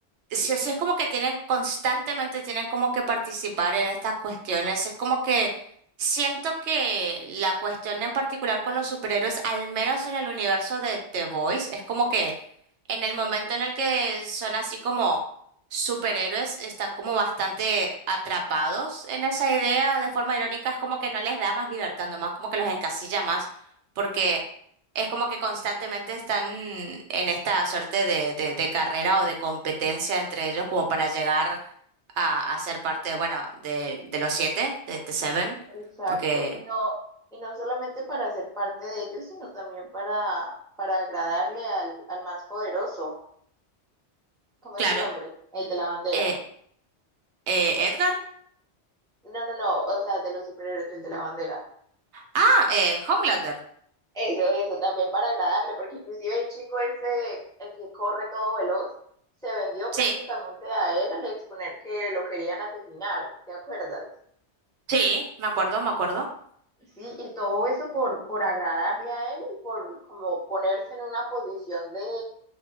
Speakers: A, on the right; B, in the centre.
A: Sí, sí, es como que tienen constantemente, tienen como que participar en estas cuestiones. Es como que siento que la cuestión en particular con los superhéroes, al menos en el universo de The Boys, es como que en el momento en el que son así como superhéroes, están como bastante atrapados en esa idea de forma irónica. Es como que no les da más libertad, nomás como que los encasilla más, porque es como que constantemente están en esta suerte de, de, de carrera o de competencia entre ellos como para llegar a, a ser parte, bueno, de, de los siete, de The Seven,
B: Exacto.
A: porque,
B: Y no, y no solamente para ser parte de ellos, sino también para, para agradarle al, al más poderoso. ¿Cómo
A: claro,
B: es el nombre? El de la bandera.
A: eh, eh, Edgar.
B: No, no, no, o sea, de los superhéroes, el de la bandera.
A: Ah, eh, Homelander.
B: Eso, eso también para agradarle, porque inclusive el chico ese, el que corre todo veloz, se vendió prácticamente
A: Sí,
B: a él al exponer que lo querían asesinar, ¿te acuerdas?
A: sí, me acuerdo, me acuerdo.
B: Sí, y todo eso por, por agradarle a él y por como ponerse en una posición de,